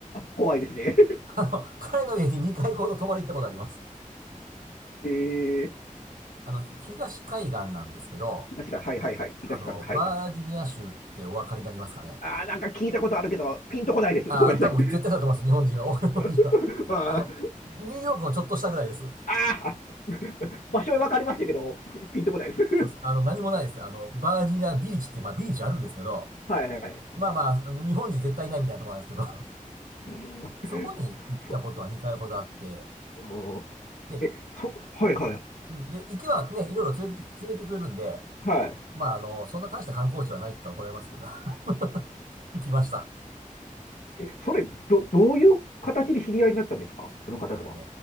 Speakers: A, on the left (about 80°); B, on the right (about 85°).
A: 怖いですね。
B: あの、彼の家に2回ほど泊まり行ったことあります。
A: <laughs> えー、
B: あの、ひ東海岸なんですけど、
A: 東館、はいはいはい。東館が、
B: あの、
A: はい。
B: バージニア州ってお分かりになりますかね。
A: あーなんか聞いたことあるけど、ピンとこないです。
B: ああ、
A: ごめんなさい。
B: 多分絶対だと思います、日本人は。<laughs> 日本人は。
A: <laughs> あー
B: あの、ニューヨークのちょっとしたぐらいです。
A: ああ <laughs> 場所は分かりましたけど、ピンとこないです。<laughs>
B: そうです。あの、何もないです。あの、バージニアビーチって、まあビーチあるんですけど、
A: はいはい。
B: まあまあ、日本人絶対いないみたいなところなんですけど、
A: うん、
B: そこに行ったことは2回ほどあって、
A: そう。
B: で、
A: え、そ、はいはい。
B: うんで、行きはね、いろいろ連れて、連れてくれるんで、
A: は
B: まあ、あの、そんな大した観光地はないって言ったら怒られますけど、<laughs> 行きました。
A: い。え、それ、ど、どういう形で知り合いになったんですかその方とは。
B: あのね、